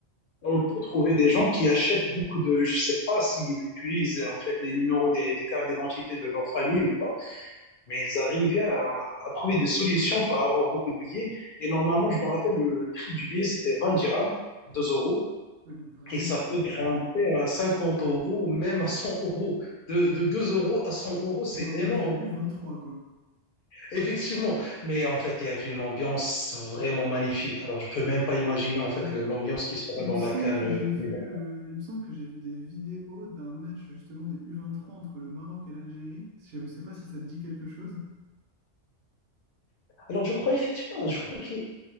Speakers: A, on the left; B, on the right.
A: on peut trouver des gens qui achètent beaucoup de... Je sais pas s'ils utilisent en fait les numéros des, des cartes d'identité de leur famille ou quoi, mais ils arrivaient à, à trouver des solutions pour avoir beaucoup de billets. Et normalement, je me rappelle, le, le prix du billet, c'était 20 dirhams, 2 euros.
B: Ouais, donc rien
A: Et ça
B: du tout.
A: peut grimper à 50 euros, même à 100 euros. De, de 2 euros à 100 euros, c'est
B: Pour un match
A: énorme,
B: de U23, quoi.
A: effectivement. Mais en fait, il y avait une ambiance vraiment magnifique. Alors, je peux même pas imaginer en fait
B: Mais
A: le- l'ambiance qui sera
B: il
A: dans
B: me semble
A: la CAN
B: que
A: euh,
B: j'ai
A: 2020.
B: vu, euh, il me semble que j'ai vu des vidéos d'un match justement des U23 entre le Maroc et l'Algérie. Je ne sais pas si ça te dit quelque chose.
A: Alors, je crois effectivement, je crois que,